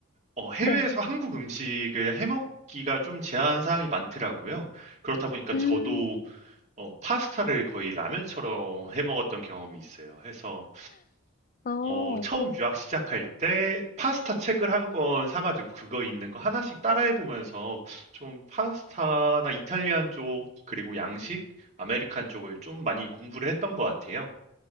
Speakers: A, on the right; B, on the left.
A: 어 해외에서
B: 네.
A: 한국 음식을 해 먹기가 좀 제한 사항이 많더라고요. 그렇다 보니까
B: 음,
A: 저도 어 파스타를 거의 라면처럼 해 먹었던 경험이 있어요. 해서
B: 어,
A: 어 처음 유학 시작할 때 파스타 책을 한 권 사 가지고 그거 있는 거 하나씩 따라해 보면서 좀 파스타나 이탈리안 쪽 그리고 양식, 아메리칸 쪽을 좀 많이 공부를 했던 것 같아요.